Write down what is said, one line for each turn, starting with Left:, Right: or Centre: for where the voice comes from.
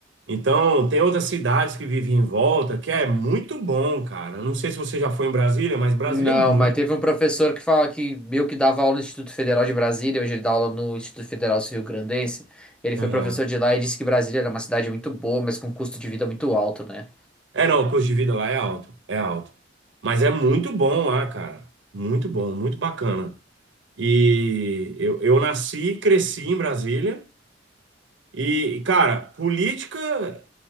Right: Então, tem outras cidades que vivem em volta, que é muito bom, cara. Eu não sei se você já foi em Brasília, mas Brasília
Centre: Não,
Right: é muito.
Centre: mas teve um professor que fala que meio que dava aula no Instituto Federal de Brasília, hoje ele dá aula no Instituto Federal Rio-Grandense. Ele foi
Right: Aham.
Centre: professor de lá e disse que Brasília era uma cidade muito boa, mas com custo de vida muito alto, né?
Right: É, não, o custo de vida lá é alto, é alto. Mas é muito bom lá, cara. Muito bom, muito bacana. E eu, eu nasci e cresci em Brasília. E, cara, política